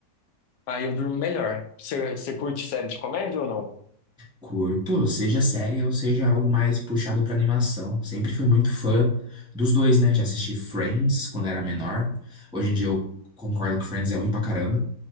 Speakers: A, on the left; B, in the centre.
A: aí eu durmo melhor. Você, você curte série de comédia ou não?
B: curto, seja série ou seja algo mais puxado pra animação. Sempre fui muito fã dos dois, né? Já assisti Friends quando era menor. Hoje em dia eu concordo que Friends é ruim pra caramba.